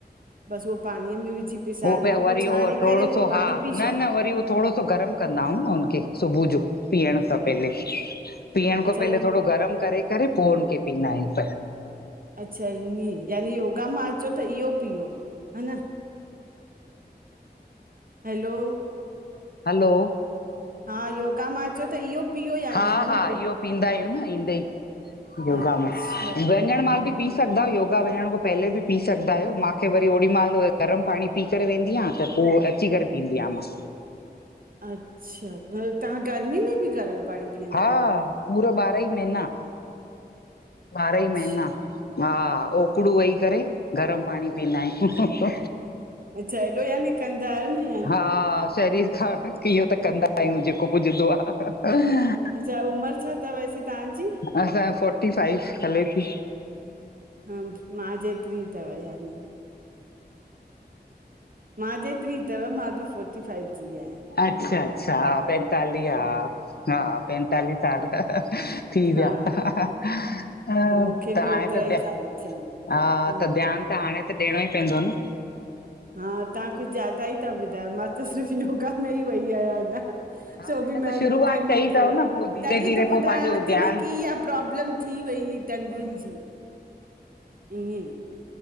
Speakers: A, on the right; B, on the left.
A: बसि उहो पाणीअ में विझी पिसाए
B: ओ बे
A: रखो
B: वरी
A: पोइ छाणे
B: उह थोरो
A: करे उहो
B: सो
A: पाणी
B: हा,
A: पी
B: न
A: छॾो
B: न वरी थोरो सो गरमु कंदा आ हुं न हुनखे सुबह जो पीअण खां
A: अ-
B: पहिले, पीअण
A: अच्छा
B: खां
A: उहो
B: पहिले थोरो गरम करे -करे, पो उनि खे पीअंदा आहियूं
A: अच्छा ईअं यानी योगा मां अचो त इहो पीओ, हन हैलो।
B: हलो।
A: हा योगा मां अच त इहो। पीओ यानी
B: हा हा
A: न डि-
B: इहो पींदायूं न ईंदे ई योगा
A: अच्छा
B: में वञण
A: हम्म
B: माल बि। पी सघंदायो योगा वञण खां पहेले बि पी सघंदा आहियो माखें वरी ओडी माल गरम पानी पी। करे वेंदीयां त पो अची करे पींदीयां मां।
A: अच्छा तां गर्मी में बि गरम। पाणी पीअंदा
B: हा
A: आहियो
B: पूरा ॿारहां ई महीना ॿारह ई
A: अच्छा
B: महना। हा ओकड़ू वही करे गरम पाणी पीअंदायूं।
A: अच्छा हेएॾो यानी कंदा आयो नी।
B: हा शरीर खां इहो त कंदा आयूं जेको पुजंदो आ।
A: अच्छा उमर छा थव से तन्ज़ी?
B: असां फोर्टी फाइव हले थी।
A: ह मां जेेत्री द वया मे। मां जे हेतरी थव मां बि फोर्टी फ़ाइव जीआयां।
B: अच्छा अच्छा। पंतालीह हा हा पंतालीह साल त थी
A: हा
B: व्या। हा
A: मूंखे
B: त
A: बि
B: हाणे
A: ओतिरा
B: त
A: ई
B: ध्या
A: साल थिया आहिनि
B: हा
A: हम्म
B: त ध्यान त हाणे त ॾियणो ई पवंदो न।
A: हा तां कुछ ज्यादा ई त ॿुधायो मां त सिर्फ़ु योगा में ई वई आहियां अञा।
B: हा
A: सो
B: अञा
A: बि महनो
B: त शुरूआत
A: करनी
B: कई
A: थियो
B: अथव
A: आ
B: न पोइ धीरे
A: तॾहिं
B: धीरे
A: त ॿुधायांव
B: पोइ पंहिंजो
A: थी
B: ध्यानु
A: न की इहा प्रॉब्लम। थी वई ह टेंगुंन जी ईअ ई।